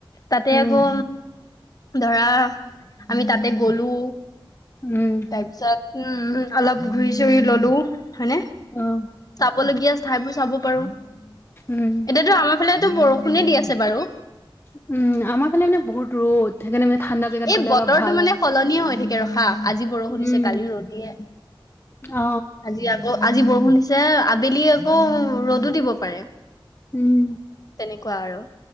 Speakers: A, on the left; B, on the left.
A: তাতে
B: উম
A: আকৌ ধৰা আমি তাতে গ'লো,
B: উম
A: তাৰপিছত উম, অলপ ঘূৰি চুৰি ল'লো। হয়নে?
B: অ'।
A: বলগীয়া ঠাইবোৰ চাব পাৰো। এতিয়াতো
B: উম
A: আমাৰ ফালে বৰষুণে দি আছে বাৰু।
B: উম, আমাৰ ফালে মানে বহুত ৰ'দ। সেইকাৰণে মানে ঠাণ্ডা জেগাত
A: এই
B: গ'লে
A: বতৰটো
B: অলপ ভাল
A: মানে
B: আৰু
A: সলনিয়ে হৈ থাকে ৰখা। আজি বৰষুণ দিছে
B: উম
A: কালি ৰ'দিয়ে
B: অ
A: আজি আকৌ আজি বৰষুণ দিছে, আবেলি আকৌ ৰ'দো দিব পাৰে।
B: উম,
A: তেনেকুৱা আৰু